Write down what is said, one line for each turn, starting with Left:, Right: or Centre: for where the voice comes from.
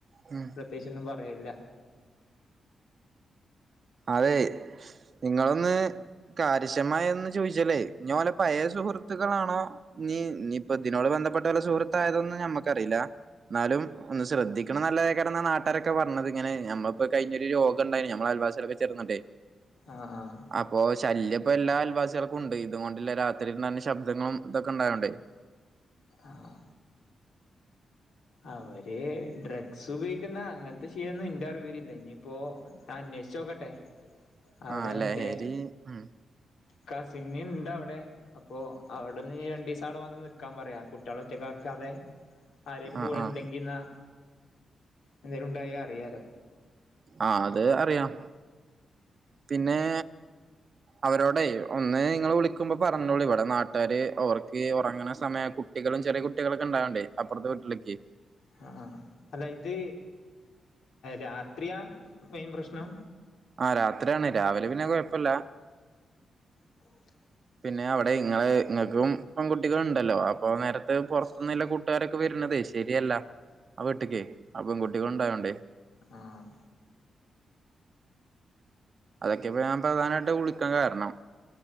Right: ഉം
Left: പ്രത്യേകിച്ചൊന്നും പറയില്ല
Right: അതെ നിങ്ങളൊന്ന് കാര്ശമായി ഒന്ന് ചോദിച്ചാലേ ഞ്ഞി ഓലെ പഴയ സുഹൃത്ത് സുഹത്തുക്കളാണോ നി നിപ്പോ ഇതിനോട് ബന്ധപ്പെട്ട വല്ല സുഹൃത്തായതൊന്നും നമ്മക്കറിയില്ല എന്നാലും ഒന്ന് ശ്രദ്ധി ക്ക്ണ നല്ലതാരയ്ക്കാരംന്നാ നാട്ടാരൊക്കെ പറഞ്ഞത്ങ്ങനെ നമ്മളിപ്പോ കഴിഞ്ഞൊരു യോഗണ്ടായ്ന്നു നമ്മള അയൽവാസിയാളൊക്കെ വെച്ച് ചെർന്നടേ
Left: ആഹ് ആഹ്
Right: അപ്പൊ ശല്യം ഇപ്പൊ എല്ലാ അൽവാസികൾക്കും ഉണ്ട് ഇത് കൊണ്ടില്ല രാത്രി ഉണ്ടാകുന്ന ശബ്ദങ്ങളും ഇതൊക്കെ ഉണ്ടായോണ്ടേ
Left: ആഹ് അവര് ഡ്രഗ്സ് ഉപയോഗിക്കുന്ന അങ്ങൻത്തെ ശീലൊന്നും എന്റെ അറിവിലില്ല ഇഞ്ഞിപ്പോ അന്വേഷിച്ച് നോക്കട്ടെ അവിടെ
Right: ആഹ്
Left: എന്റെ
Right: ലഹരി ഉം
Left: കസിന്ന്ണ്ടവിടെ അപ്പോ അവിടെന്ന് ഞ്ഞി രണ്ടിസം അവിടെ വന്ന് നിക്കാ പറയാ കുട്ട്യാളെ ഒറ്റക്കാക്കാതെ <unintelligible> കൂടെ
Right: ആഹ്
Left: ഉണ്ടെങ്കിന്നാ
Right: ആഹ്
Left: എന്തേലും ഉണ്ടായ അറിയാലോ
Right: ആഹ് അത് അറിയാം പിന്നേ അവരോടെയ് ഒന്ന് നിങ്ങള് വിളിക്കുമ്പോ പറഞ്ഞോളൂ ഇവിടെ നാട്ടുകാര് അവർക്ക് ഉറങ്ങ്ണ സമയം കു കുട്ടികളും ചെറിയ കുട്ട്യാളൊക്കെ ഇണ്ടാവ്ണ്ടെ അപ്പർത്തവീട്ടിലൊക്കെ
Left: ആഹ് അല്ല ഇത് രാത്രിയാ മെയിൻ പ്രശ്നം
Right: ആഹ് രാത്രിയാണ് രാവിലെ പിന്നെ കൊഴപ്പില്ല.
Left: ആഹ്
Right: പിന്നെ അവിടെ ഇങ്ങള് ഇങ്ങൾക്കും പെൺകുട്ടികളുണ്ടല്ലോ അപ്പൊ നേരത്തെ പൊർത്ത്ന്ന്ള്ള കൂട്ടുകാരൊക്കെ വരുന്നതേശ് ശരിയല്ല അവീട്ടിക്കേ ആഹ് പെൺ കുട്ടികളുണ്ടാവോണ്ടേ
Left: ആഹ്
Right: അതൊക്കെ ഇപ്പോ ഞാൻ പ്രധാനമായിട്ട് വിളിക്കാൻ കാരണം